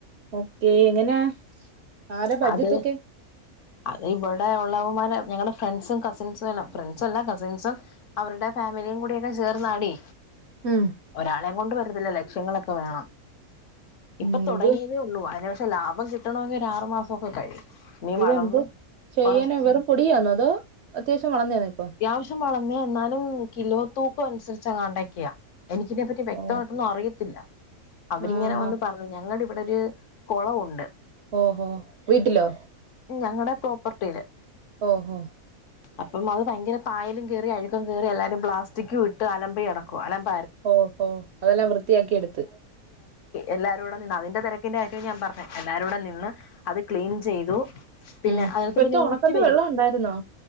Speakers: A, on the right; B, on the left.
A: ഓക്കെ എങ്ങനാ? ആരാ ബഡ്ജറ്റ്
B: അത്
A: ഒക്കെ
B: അത് ഇവിടെ ഉള്ളവമാരെ ഞങ്ങളുടെ ഫ്രണ്ട്സും കസിൻസും എല്ലാം ഫ്രണ്ട്സ അല്ല കസിൻസും അവരുടെ ഫാമിലിയും കൂടിയൊക്കെ ചേർന്നാടി.
A: ഉം
B: ഒരാളെയ കൊണ്ട് വരു അല്ല ലക്ഷങ്ങളൊക്കെ വേണം ഇപ്പൊ
A: ഉം
B: തുടങ്ങിയതേ
A: ഇത്
B: ഉള്ളൂ അതിന പക്ഷ ലാഭം കിട്ടണമെിൽ ഒരു ആറ് മാസം സക്കക്കായി. നീ
A: ഇതെന്ത്
B: വളർന്ന്
A: ചെയ്യാന
B: കൊറച്ച
A: വെറും പൊടിയാന്നോ അതോ അത്യാവശ്യം വളർന്നേന്നോ ഇപ്പൊ
B: അത്യാവശ്യം വളർന്ന എന്നാലും കിലോ തൂക്ക അനുസരിച്ച് കോണ്ടാക്ട് ചെയ്യാം. എനിക്കിനതിനെപ്പറ്റി വ്യക്തമായിട്ടൊന്നും
A: ഓ
B: അറിയത്തില്ല അവരിങ്ങനെ
A: ആന്നാ
B: വന്ന് പറഞ്ഞു ഞങ്ങളുടെ ഇവിടൊരു കുളവുണ്ട്.
A: ഓഹോ വീട്ടിലോ?
B: ഞങ്ങളുടെ പ്രോപ്പർട്ടിയില്.
A: ഓഹോ
B: അപ്പം അത് ഭയങ്കര പായലും കയറി അഴും കറില്ലാരും പ്ലാസ്റ്റിക് ഇട്ട് അലമ്പി അടക്കും അലമ്പി
A: ഓഹോ അതെല്ലാം വൃത്തിയാക്കി എടുത്ത്.
B: എല്ലാരൂടടെ നിന്ന് അതിന്റെ തിരക്കിന്റെ കാര്യവും ഞാൻ പറഞ്ഞ എല്ലാരുടെ നിന്ന് അത് ക്ലീൻ ചെയ്തു പിന്നെ
A: ഉം
B: അതിനകത്ത്
A: ഇപത്തെ
B: പിന്നെ
A: ഉണക്കത്ത്
B: ഊറ്റി വരും
A: വെള്ളം ഉണ്ടായിരുന്നോ